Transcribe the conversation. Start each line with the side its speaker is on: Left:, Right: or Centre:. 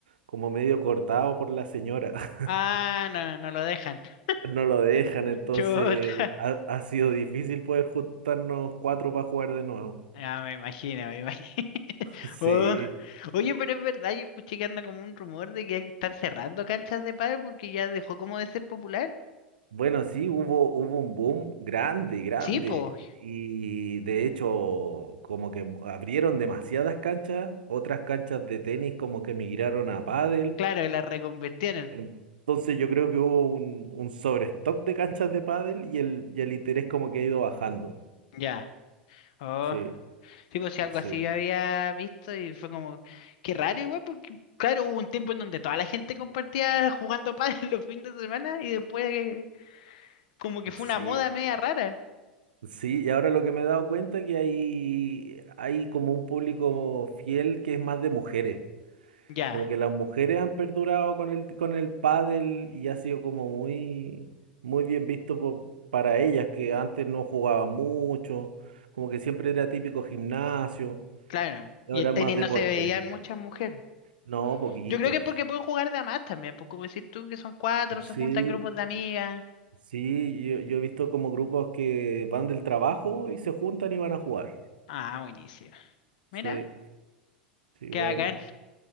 Right: como medio cortado por la señora. <laughs>
Left: Ah, no, no lo dejan. <laughs>
Right: No lo dejan, entonces
Left: Chuta.
Right: ha, ha sido difícil poder juntarnos cuatro para jugar de nuevo.
Left: Ah, me imagino, me imagino. <laughs>
Right: <laughs> Sí.
Left: Oh. Oye, pero es verdad, yo escuché que anda como un rumor de que están cerrando canchas de pádel porque ya dejó como de ser popular.
Right: Bueno, sí, hubo, hubo un boom grande, grande.
Left: Sí, pues,
Right: Y de hecho, como que mu- abrieron demasiadas canchas, otras canchas de tenis como que migraron a pádel.
Left: claro, la reconvirtieron.
Right: Entonces yo creo que hubo un, un sobrestock de canchas de pádel y el, y el interés como que ha ido bajando.
Left: Ya. Oh.
Right: Sí,
Left: Sí, pues sí, algo
Right: sí,
Left: así yo había visto y fue como, qué raro igual, porque claro, hubo un tiempo en donde toda la gente compartía jugando pádel <laughs> los fines de semana y después eh, como que fue
Right: sí,
Left: una moda media rara.
Right: sí. Y ahora lo que me he dado cuenta es que hay, hay como un público fiel que es más de mujeres.
Left: Ya,
Right: Como que las mujeres han perdurado con el, con el pádel y ha sido como muy, muy bien visto po- para ellas, que antes no jugaban mucho, como que siempre era típico gimnasio,
Left: claro.
Right: y
Left: Y
Right: ahora
Left: el
Right: es
Left: tenis
Right: más deporte.
Left: no se veían muchas mujeres.
Right: No, poquito.
Left: Yo creo que es porque pueden jugar de a más también, pues como decís tú, que son cuatro,
Right: Sí,
Left: se juntan grupos de amigas.
Right: sí, yo, yo he visto como grupos que van del trabajo y se juntan y van a jugar.
Left: Ah, buenísimo. Mira,
Right: Sí, sí,
Left: qué
Right: bueno.
Left: bacán.